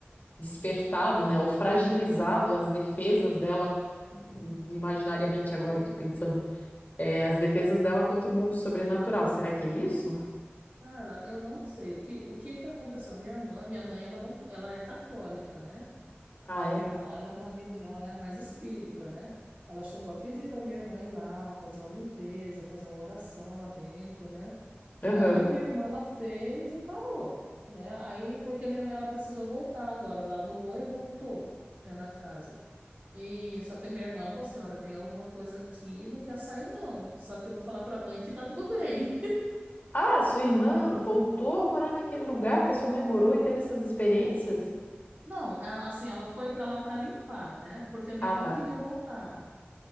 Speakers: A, on the left (about 45°); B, on the right (about 45°).
A: despertado, né, ou fragilizado as defesas dela, hum, imaginariamente agora aqui pensando, eh, as defesas dela contra o mundo sobrenatural. Será que é isso?
B: Cara, eu não sei o que o que que aconteceu. A minha irmã, minha mãe, ela não, ela é católica, né?
A: Ah,
B: E a
A: é.
B: minha irmã, ela é de uma religião, ela é mais espírita, né? Ela chegou a pedir para minha irmã ir lá fazer uma limpeza, fazer uma oração lá dentro, né?
A: Aham.
B: A minha irmã ela fez e parou, né? Aí porque minha mãe ela precisou voltar agora, ela alugou e voltou, né, na casa. E só que a minha irmã ela falou assim, olha, tem alguma coisa aqui, não quer sair não. Só que eu vou falar para a mãe que tá tudo bem.
A: Ah, sua irmã voltou a morar naquele lugar que a sua mãe morou e teve essas experiências?
B: Não, a- assim, ela foi para lá para limpar, né? Porque a minha
A: Ah,
B: mãe
A: tá.
B: queria voltar.